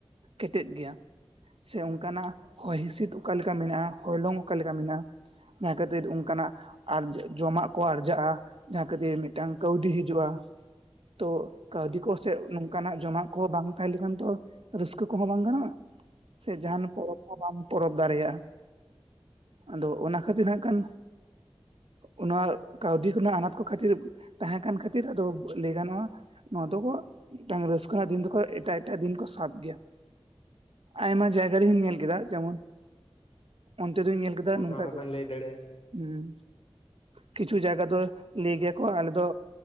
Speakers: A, on the right; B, on the left.
A: ᱠᱮᱴᱮᱡ ᱜᱮᱭᱟ? ᱥᱮ ᱚᱱᱠᱟᱱᱟᱜ ᱦᱚᱭ ᱦᱤᱸᱥᱤᱫ ᱚᱠᱟᱞᱮᱠᱟ ᱢᱮᱱᱟᱜᱼᱟ ᱦᱚᱭᱞᱚᱝ ᱚᱠᱟᱞᱮᱠᱟ ᱢᱮᱱᱟᱜᱼᱟ? ᱡᱟᱸᱷᱟᱹ ᱠᱷᱟᱛᱤᱨ ᱚᱱᱠᱟᱱᱟᱜ ᱟᱨ ᱡᱚᱢᱟᱜ ᱠᱚ ᱟᱨᱡᱟᱜ-ᱟ᱾ ᱠᱟᱛᱮ ᱢᱤᱫᱴᱟᱝ ᱠᱟᱹᱣᱰᱤ ᱦᱤᱡᱩᱜᱼᱟ ᱾ ᱛᱚ ᱠᱟᱹᱣᱰᱤ ᱠᱚᱥᱮᱜ ᱱᱚᱝᱠᱟᱱᱟᱜ ᱡᱚᱢᱟᱜ ᱠᱚ ᱵᱟᱝ ᱛᱟᱦᱮᱸᱞᱮᱠᱷᱟᱱ ᱛᱚ ᱨᱟᱹᱥᱠᱟᱹ ᱠᱚᱦᱚᱸ ᱵᱟᱝ ᱜᱟᱱᱚᱜ-ᱟ ᱥᱮ ᱡᱟᱦᱟᱱ ᱯᱚᱨᱚᱵᱽ ᱦᱚᱸ ᱵᱟᱢ ᱯᱚᱨᱚᱵᱽ ᱫᱟᱲᱮᱭᱟᱜᱼᱟ᱾ ᱟᱫᱚ ᱚᱱᱟ ᱠᱷᱟᱹᱛᱤᱨ ᱦᱟᱸᱜ ᱠᱷᱟᱱ ᱚᱱᱟ ᱠᱟᱹᱣᱰᱤ ᱠᱚ ᱱᱟᱦᱟᱜ ᱟᱱᱟᱴ ᱠᱚ ᱠᱷᱟᱹᱛᱤᱨ ᱛᱟᱦᱮᱸ ᱠᱟᱱ ᱠᱷᱟᱹᱛᱤᱨ ᱟᱫᱚ ᱞᱟᱹᱭ ᱜᱟᱱᱚᱜᱼᱟ᱾ ᱱᱚᱣᱟ ᱫᱚᱠᱚ ᱢᱤᱫᱴᱟᱝ ᱨᱟᱹᱥᱠᱟᱹ ᱨᱮᱱᱟᱜ ᱫᱤᱱ ᱫᱚᱠᱚ ᱮᱴᱟᱜ ᱮᱴᱟᱜ ᱫᱤᱱ ᱠᱚ ᱥᱟᱵ ᱜᱮᱭᱟ᱾ ᱟᱭᱢᱟ ᱡᱟᱭᱜᱟ ᱨᱮᱦᱩᱧ ᱧᱮᱞ ᱠᱮᱫᱟ ᱡᱮᱢᱚᱱ ᱚᱱᱛᱮᱨᱮ ᱧᱮᱞ <unintelligible>
B: ᱚ
A: ᱱᱚᱝᱠᱟ
B: ᱱᱚᱣᱟ ᱦᱚᱸᱵᱮᱱ
A: ᱜᱮ
B: ᱞᱟᱹᱭ ᱫᱟᱲᱮᱭᱟᱜᱼᱟ
A: ᱦᱩᱸ ᱠᱤᱪᱷᱩ ᱡᱟᱭᱜᱟ ᱫᱚ ᱞᱟᱹᱭ ᱜᱮᱭᱟᱠᱚ ᱟᱞᱮ ᱫᱚ